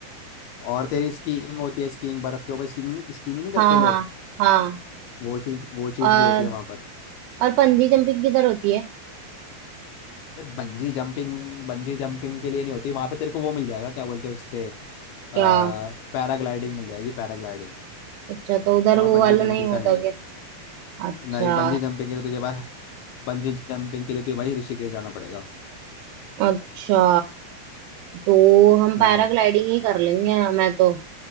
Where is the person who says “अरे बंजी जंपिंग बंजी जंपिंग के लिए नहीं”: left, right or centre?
Left